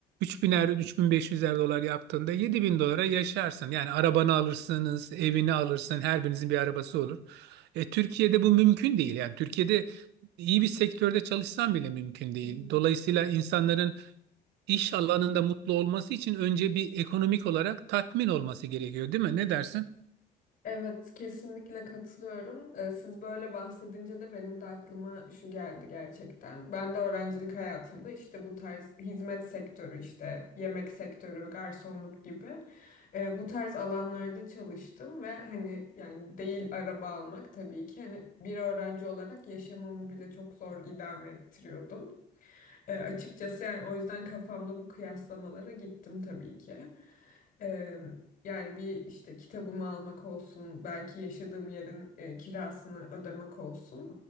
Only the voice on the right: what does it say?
3000'er, 3500'er dolar yaptığında 7000 dolara yaşarsın. Yani arabanı alırsınız, evini alırsın, her birinizin bir arabası olur. E, Türkiye'de bu mümkün değil. Yani Türkiye'de iyi bir sektörde çalışsan bile mümkün değil.
Dolayısıyla insanların iş alanında mutlu olması için önce bir ekonomik olarak tatmin olması gerekiyor, değil mi? Ne dersin?